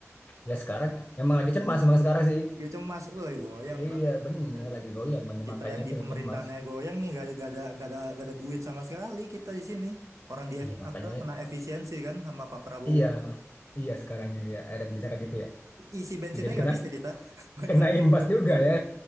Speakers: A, on the left (about 30°); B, on the right (about 75°).
A: Ya sekarang emang lagi cemas emang sekarang sih.
B: Dia cemas, uh lagi goyang
A: Iya
B: bang.
A: bener
B: Lagi goyang.
A: lagi goyang bener.
B: Kita
A: makanya
B: yang
A: itu
B: di pemerintahannya
A: cemas.
B: goyang nih, gak ada, gak ada, gak ada, gak ada duit sama sekali kita di sini. Orang di
A: Iya
B: F-
A: makanya
B: apa kena
A: itu.
B: efisiensi kan sama Pak Prabowo.
A: Iya. Iya sekarang ini ya ada kebijakan gitu ya.
B: I- Isi bensinnya
A: Jadi
B: nggak
A: kena
B: bisa kita. <laughs> Bayangin
A: kena imbas
B: bro.
A: juga ya.